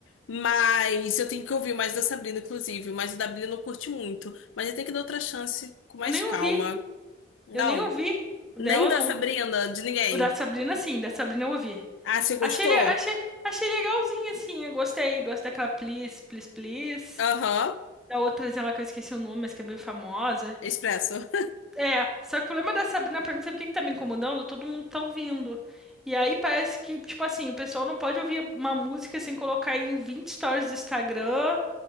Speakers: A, on the left; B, in the centre.
A: Mas eu tenho que ouvir mais da Sabrina, inclusive, mas o da Billie eu não curti muito. Mas eu tenho que dar outra chance com mais
B: Eu nem
A: calma.
B: ouvi.
A: Não,
B: Eu nem ouvi. O
A: nem
B: dela
A: da
B: não.
A: Sabrina, de ninguém.
B: O da Sabrina, sim, da Sabrina eu ouvi.
A: Ah, você gostou?
B: Achei, le- achei, achei legalzinho, assim. Eu gostei. Gosto daquela Please, Please, Please.
A: Aham,
B: Da outra ela que eu esqueci o nome, mas que é bem famosa.
A: Expresso.
B: É, só que o problema da Sabrina pra mim, sabe o que que tá me incomodando? Todo mundo tá ouvindo. E aí parece que, tipo assim, o pessoal não pode ouvir uma música sem colocar em 20 stories do Instagram,